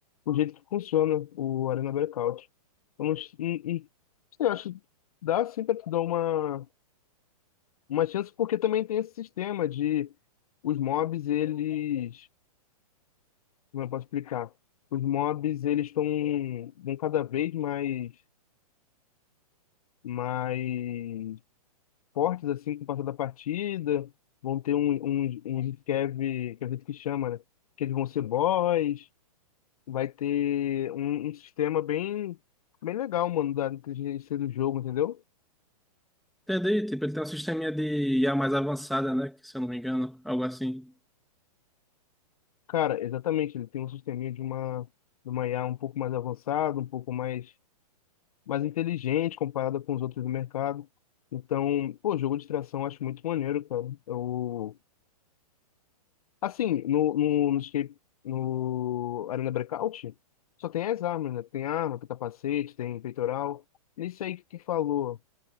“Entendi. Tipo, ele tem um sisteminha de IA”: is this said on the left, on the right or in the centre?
Centre